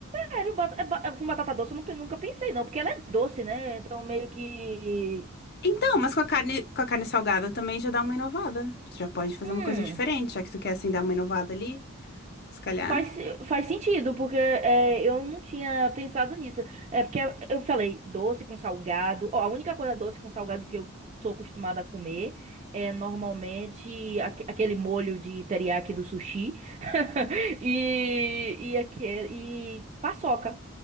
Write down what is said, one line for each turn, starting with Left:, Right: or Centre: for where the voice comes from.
Right: Sério, bat- é ba- é com batata doce eu não pe- nunca pensei, não, porque ela é doce, né? Então meio que.
Left: Então, mas com a carne, com a carne salgada também já dá uma inovada. Você já pode fazer
Right: Hum.
Left: uma coisa diferente, já que tu quer assim dar uma inovada ali, se calhar.
Right: Faz, faz sentido, porque é, eu não tinha pensado nisso. É porque eu falei doce com salgado. Ó, a única coisa doce com salgado que eu sou acostumada a comer é normalmente aque- aquele molho de teriyaki do sushi <laughs> e, e, aque- e paçoca.